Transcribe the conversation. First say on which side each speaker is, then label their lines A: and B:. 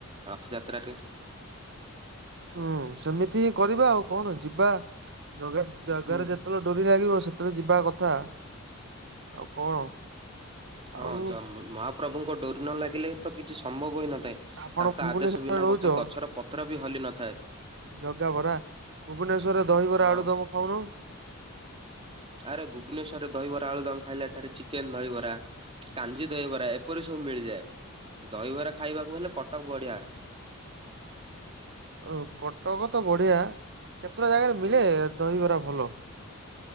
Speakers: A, on the right; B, on the right.
A: ରଥଯାତ୍ରା ପାଇଁ
B: ହୁଁ ସେମିତି ହିଁ କରିବା ଆଉ କଣ ଯିବା ଜଗା ଜାଗାରେ
A: ହୁଁ
B: ଯେ ଯେତେବେଳେ ଡୋରି ଲାଗିବ ସେତେବେଳେ ଯିବା କଥା ଆଉ କଣ।
A: ହଁ
B: ଆଉ
A: ଯ ମହା ପ୍ରଭୁଙ୍କ ଡୋରି ନ ଲାଗିଲେ ତ କିଛି ସମ୍ଭବ ହୋଇନଥାଏ
B: ଆପଣ
A: ତାଙ୍କ
B: ଭୁବନେଶ୍ଵରରେ
A: ଆଦେଶ ବିନା
B: ରହୁଛ
A: ଗୋଟେ ଗଛର ପତ୍ର ବି ହଲି ନଥାଏ।
B: ଜଗା ବରା ଭୁବନେଶ୍ୱରରେ ଦହିବରା
A: ହଁ
B: ଆଳୁ ଦମ ଖାଉନୁ
A: ଆରେ ଭୁବନେଶ୍ଵରରେ ଦହିବରା ଆଳୁ ଦମ ଖାଇଲେ ଏଠାରେ ଚିକେନ ଦହିବରା କାଞ୍ଜି ଦହିବରା ଏପରି ସବୁ ମିଳିଯାଏ ଦହିବରା ଖାଇବାକୁ ହେଲେ କଟକ ବଢିଆ
B: ଓ କଟକ ତ ବଢିଆ କେତେଟା ଜାଗାରେ ମିଳେ
A: ହୁଁ
B: ଦହିବରା ଭଲ